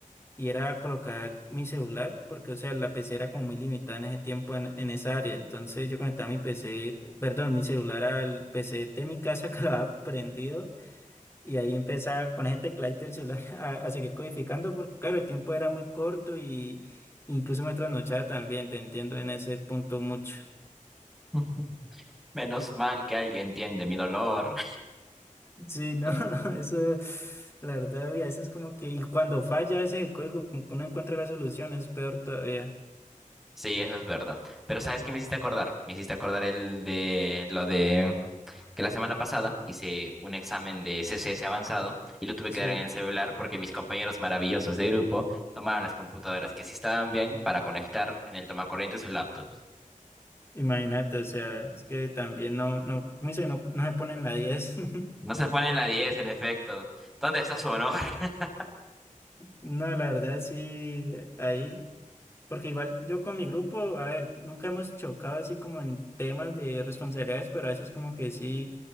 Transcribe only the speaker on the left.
y era colocar mi celular, porque, o sea, la PC era como muy limitada en ese tiempo en, en esa área. Entonces yo conectaba mi PC, perdón, mi celular al PC de mi casa <laughs> que lo había prendido y ahí empezaba con ese tecladito del celular <laughs> a, a seguir codificando, porque, claro, el tiempo era muy corto y incluso me trasnochaba también, te entiendo en ese punto mucho.
Sí, no,
<laughs> eso, la verdad, a veces como que, y cuando falla, ese es el código, como que uno encuentra la solución, es peor todavía.
Sí.
Imagínate, o sea, es que también no, no, como dice, no, no se ponen la 10. <laughs>
No, la verdad sí, ahí, porque igual yo con mi grupo, a ver, nunca hemos chocado así como en temas de responsabilidades, pero a veces como que sí